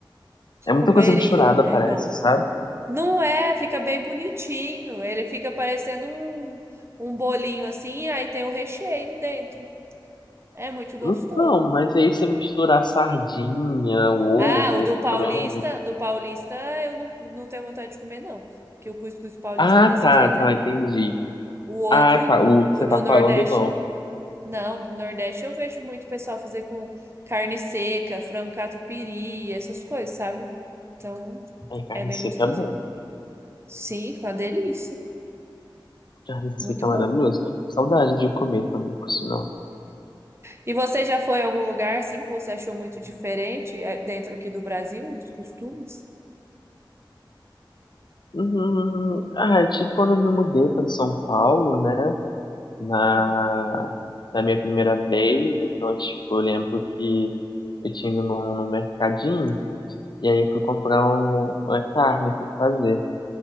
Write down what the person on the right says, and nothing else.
Comeria,
é
bom.
Não é, fica bem bonitinho. Ele fica parecendo um, um bolinho assim, e aí tem o recheio dentro. É muito gostoso.
Ah, o do paulista,
do paulista eu não, não tenho vontade de comer, não. Que o cuscuz paulista
é desse
jeito
aí.
O outro,
o
do
Nordeste,
não, do Nordeste eu vejo muito pessoal fazer com carne seca, frango catupiry, essas coisas, sabe? Então,
é bem
gostosinho.
Sim, fica uma delícia.
Muito
bom.
E você já foi em algum lugar assim que você achou muito diferente eh, dentro aqui do Brasil, os costumes?
Hum,